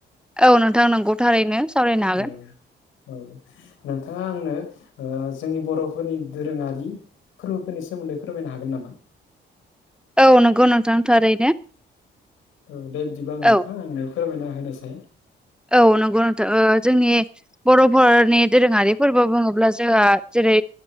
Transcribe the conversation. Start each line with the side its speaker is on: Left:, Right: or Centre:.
Centre: औ नोंथां नोंगौ थारैनो सावरायनो हागोन।
Left: औ औ नोंथांङा आंनो जोंनि बर'फोरनि दोरोङारि फोरनि सोमोन्दै फोरमायनो हागोन नामा
Centre: औ नंगौ नोंथांथारै
Left: थारैनो औ दे बिदिब्ला नोंथां
Centre: औ
Left: आंनो फोरमायना होनोसै।
Centre: औ नंगौ नोंथ ओ जोंनि बर'फोरनि दोरोङारि फोरबो बुङोब्ला जोंहा जेरै